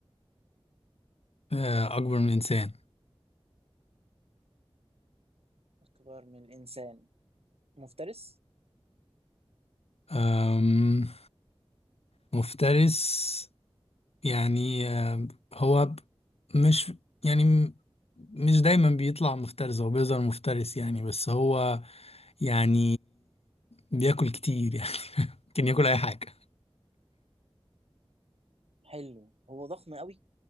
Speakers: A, on the left; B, on the right.
A: آه اكبر من الانسان
B: اكبر من الانسان مفترس
A: آم مفترس يعني آه هو ب- مش يعني م- مش دايما بيطلع مفترس هو بيظهر مفترس يعني بس هو يعني بياكل كتير يعني <laughs> ممكن ياكل اي حاجه
B: حلو هو ضخم قوي